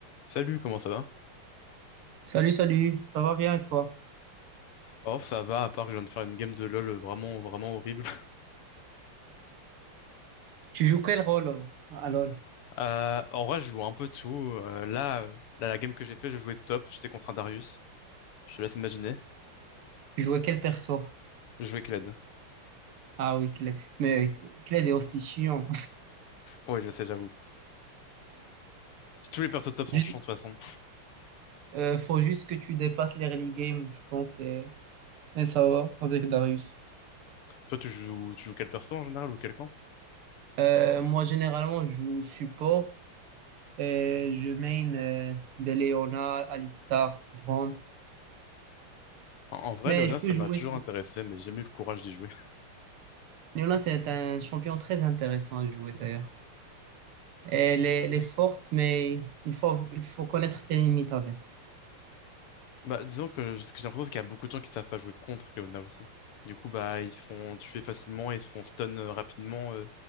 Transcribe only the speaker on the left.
Salut, comment ça va?
Oh, ça va, à part que je viens de faire une game de LoL vraiment, vraiment horrible. <laughs>
Euh, en vrai, je joue un peu tout. Euh, là, euh, là, la game que j'ai fait, je jouais top, j'étais contre un Darius. Je te laisse imaginer.
Je jouais Kled.
Oui, je sais, j'avoue. Tous les persos top
sont
chiants de toute façon.
Toi, tu joues, tu joues quel perso en général ou quel camp?
En, en vrai,
Leona,
ça
m'a toujours
intéressé, mais j'ai jamais eu le courage d'y jouer. <laughs>
Bah, disons que ce que j'ai l'impression, c'est qu'il y a beaucoup de gens qui savent pas jouer contre Leona aussi. Du coup, bah, ils se font tuer facilement, ils se font stun euh, rapidement, euh,